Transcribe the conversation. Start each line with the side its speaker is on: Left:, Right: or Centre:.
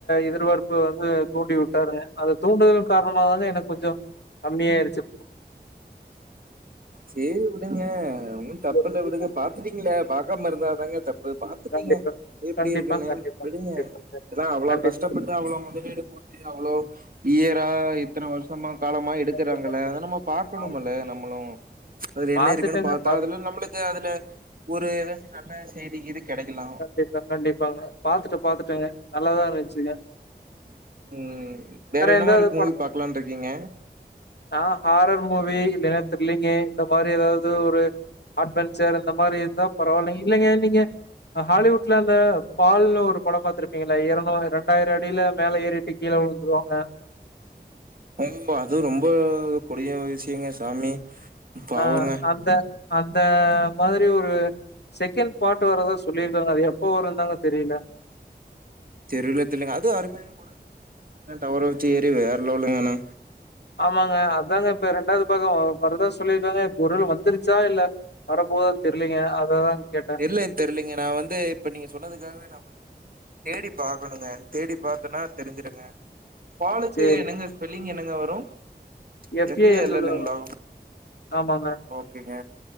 Left: எதிர்பார்ப்பு வந்து தூண்டி விட்டாருங்க அத தூண்டுதல் காரணமாக தா எனக்கு கொஞ்சோ கம்மியாய்ருச்சு
Right: சேரி விடுங்க ஒன்னு
Left: ஒவ்வொருத்தருக்கும்
Right: தப்பில்ல விடுங்க
Left: ஒரு
Right: பாத்துட்டீங்கள பாக்காம இருந்தாதாதாங்க தப்பு பாத்துட்டீங்க
Left: கண்டிப்பா,
Right: எப்டி
Left: கண்டிப்பா,
Right: இருக்குன்னு
Left: கண்டிப்பா,
Right: விடுங்க
Left: கண்டிப்பாங்க.
Right: ஏன்னா அவ்ளோ
Left: கண்டிப்பா,
Right: கஷ்டப்பட்டு டு அவ்ளோ முதலீடு போட்டு அவ்வளோ இயரா இத்தன வருஷ சமா காலமா எடுக்கறாங்கள
Left: கண்டிப்பா, கண்டிப்பா.
Right: அத நம்ம பாகக்கணும்மில்ல
Left: ஆமா.
Right: நம்மளு அதுல என்ன
Left: பாத்துட்டேங்க
Right: இருக்குன்னு பாத்தா
Left: பாத்துட்டேங்க.
Right: அதுல நம்மளுக்கு அதுல ஒரு ஏதாச்சி நல்ல செய்தி கிய்தி கெடைக்கலா
Left: கண்டிப்பா கண்டிப்பாங்க பாத்துட்ட பாத்துட்டங்க நல்லாதா இருச்சுங்க
Right: ம் வேற என்ன
Left: எதாவது
Right: மாரி மூவி பாக்கலான்ருக்கீங்க
Left: நா ஹாரர் மூவி இல்லன்னா த்ரில்லிங்கு இந்த மாரி ஏதாவது ஒரு அட்வென்சர் இந்த மாரி இருந்தா பரவால்ல இல்லைங்க இல்லைங்க ஹாலிவுட்ல அந்த ஃபால்னு ஒரு படோ பாத்துருப்பீங்கல்ல எரநு ரெண்டாயிரோ அடில மேல ஏறிட்டு கீழ உழுந்துருவாங்க
Right: ஓம்மா அது ரொம்ப கொடிய விஷயங்க சாமி பாவங்க
Left: ஆ அந்த அந்த மாதிரி ஒரு செகண்ட் பார்ட் வர்த சொல்லிருக்காங்க அது எப்ப வருன் தாங்க தெரில
Right: தெரில தெரிலங்க அது அருமையான படோ <unintelligible> டவர் வச்சு ஏறி வேற லெவல்ங்க ஆனா
Left: ஆமாங்க அதாங்க இப்ப ரெண்டாவது பாகோ வருதா சொல்லிருக்காங்க இப்ப ஒரு வேள வந்துருச்சா இல்ல வரப்போதான் தெரிலீங்க அததா கேட்
Right: இல்ல எனக் தெரிலீங்க நா வந்து இப்ப நீங்க சொன்னதுக்காகவே நா பாத்தீனா தேடி பாக்கணுங்க தேடி பாத்தனா தெரிஞ்சுடுங்க ஃபாலுக்கு
Left: சரி.
Right: என்னங்க ஸ்பெல்லிங் என்னங்க வரும்
Left: எஃப்ஏஎல்எல்
Right: எஃப் ஏ எல் எல்லுங்களா
Left: ஆமாங்க.
Right: ஓகேங்க